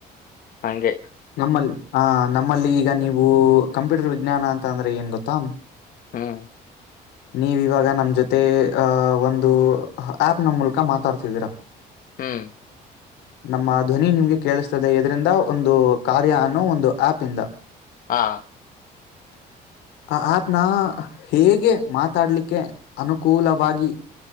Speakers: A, on the left; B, on the left.
A: ಹಗೆ
B: ನಲ್ಲಿ ಹ ನಮ್ಮಲ್ಲಿ ಈಗ ನೀವು ಕಂಪ್ಯೂಟರ್ ವಿಜ್ಞಾನ ಅಂತ ಅಂದ್ರೆ ಏನ್ ಗೊತ್ತಾ
A: ಹ್ಮ್
B: ನೀವ ಇವಾಗ ನಮ ಜೊತೆ ಅ ಒಂದು ಆಪ್ ನ ಮೂಲಕ ಮಾತಾಡ್ತಿದ್ದೀರಾ
A: ಹ್ಮ್
B: ನಮ್ಮ ಧ್ವನಿ ನಿಮ್ಗೆ ಕೇಳಿಸ್ತದೆ ಇದರಿಂದ ಒಂದು ಕಾರ್ಯ ಅನ್ನೋ ಒಂದು ಆಪ್ ಇಂದ
A: ಹಾ
B: <unintelligible> ಆ ಆ್ಯಪ್ನ ಹೇಗೆ ಮಾತಾಡ್ಲಿಕ್ಕೆ ಅನುಕೂಲವಾಗಿ